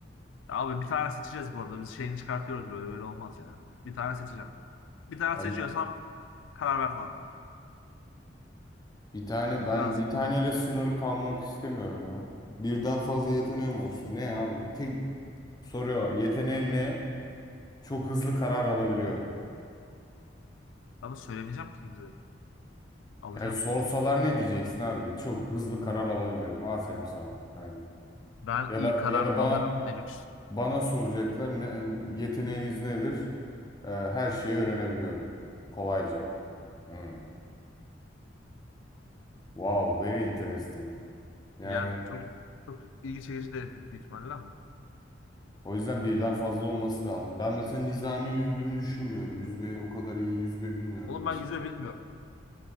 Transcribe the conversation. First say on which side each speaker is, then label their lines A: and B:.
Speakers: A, on the left (about 80°); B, on the left (about 20°).
A: ya abi bir tane seçeceğiz bu arada. Biz şeyini çıkartıyoruz böyle. Böyle olmaz ya. Bir tane seçeceğim. Bir tane
B: Abi
A: seçiyorsam karar verme hakkı.
B: bir tane ben
A: Lazım.
B: bir taneyle sınırlı kalmak istemiyorum ya. Birden fazla yeteneğim olsun. Ne ya? Tek soruyor yeteneğin ne? Çok hızlı karar alabiliyorum.
A: Ama söylemeyeceğim ki kimseye. Alacağım.
B: Ya sorsalar ne diyeceksin abi? Çok hızlı karar alabiliyorum. Aferin sana. Aynen.
A: Ben
B: Ya
A: iyi
B: da
A: karar
B: ya da bana
A: alırım deluxe.
B: Bana soracaklar ne, yeteneğiniz nedir? Ee, her şeyi öğrenebiliyorum. Kolayca. Hmm. Wow, very interesting. Yani
A: Yani çok çok ilgi çekici de büyük ihtimalle ama.
B: o yüzden birden fazla olması lazım. Ben mesela nizami yüzdüğümü düşünmüyorum. Yüzmeyi o kadar iyi yüzme bilmiyorum
A: Oğlum
B: mesela.
A: ben yüzme bilmiyorum.